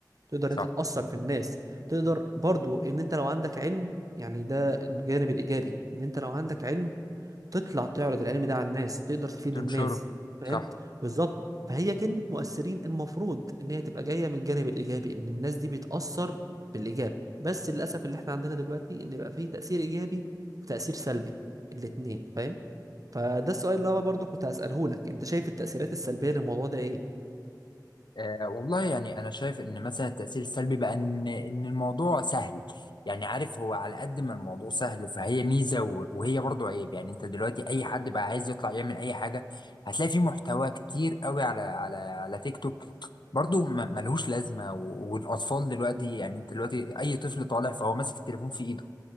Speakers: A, on the right; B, on the left.
A: تقدر إن
B: صح
A: انت تأثر في الناس تقدر برضو ان انت لو عندك علم يعني ده الجانب الإيجابي ان انت لو عندك علم تطلع تعرض العلم ده على الناس تقدر تفيد
B: تنشره
A: الناس فاهم
B: صح
A: بالظبط فهي كلمة مؤثرين المفروض ان هي تبقى جاية من الجانب الايجابي ان الناس دي بتأثر بالايجاب بس للاسف اللي احنا عندنا دلوقتي ان بقى فيه تأثير ايجابي وتأثير سلبي الاتنين فاهم فده السؤال اللي انا برضو كنت هسأله لك انت شايف التأثيرات السلبية للموضوع ده ايه
B: أه والله يعني انا شايف ان مثلا التاثير السلبي بقى ان ان الموضوع سهل يعني عارف هو على قد ما الموضوع سهل فهي ميزه و- وهي برضو عيب يعني انت دلوقتي اي حد بقى عايز يطلع يعمل اي حاجه هتلاقي في محتوى كتير قوي على على على تيك توك برضو م- ملهوش لازمه و- والاطفال دلوقتي
A: مم.
B: يعني انت دلوقتي اي طفل طالع فهو ماسك التليفون في ايده